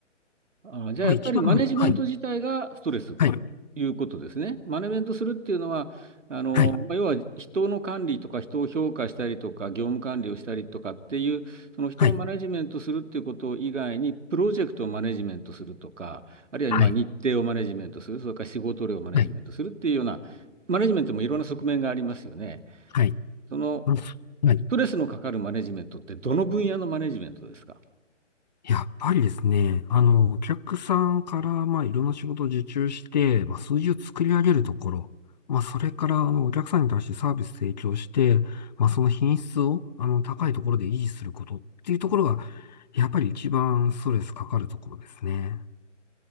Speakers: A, on the right; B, on the left.
A: ああ、じゃあやっぱりマネジメント自体がストレスということですね。
B: まあ一番、はい、はい、
A: マネジメントするっていうのは、あの、
B: はい、
A: まあ要は人の管理とか人を評価したりとか業務管理をしたりとかっていう、その人をマネジメントするっていうこと以外に、
B: はい、
A: プロジェクトをマネジメントするとか、あるいはまあ日程をマネジメントする、
B: はい、
A: それから仕事量をマネジメントするっていうような、
B: はい、
A: マネジメントもいろんな側面がありますよね。
B: はい、
A: その
B: うんはい。
A: ストレスのかかるマネジメントってどの分野のマネジメントですか
B: やっぱりですね、あの、お客さんから、まあいろんな仕事を受注して、まあ数字を作り上げるところ、まあそれから、あの、お客さんに対してサービス提供して、まあその品質を、あの、高いところで維持することっていうところが、やっぱり一番ストレスかかるところですね。